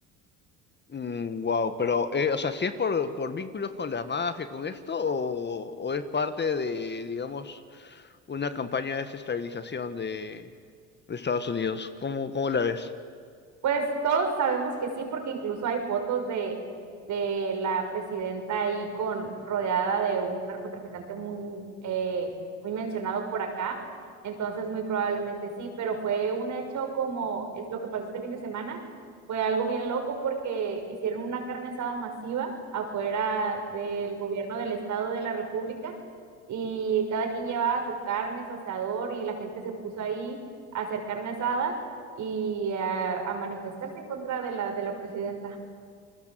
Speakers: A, on the left; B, on the right.
A: wow, pero, eh, o sea, ¿si es por, por vínculos con la mafia, con esto, o, o es parte de, digamos, una campaña de desestabilización de, de Estados Unidos? ¿Cómo, cómo la ves?
B: Pues todos sabemos que sí, porque incluso hay fotos de, de la presidenta ahí con rodeada de un narcotraficante muy, eh, muy mencionado por acá. Entonces, muy probablemente sí, pero fue un hecho como es lo que pasó este fin de semana. Fue algo bien loco porque hicieron una carne asada masiva afuera del gobierno del Estado de la República y cada quien llevaba su carne, su asador y la gente se puso ahí a hacer carne asada y a, a manifestarse en contra de la, de la presidenta.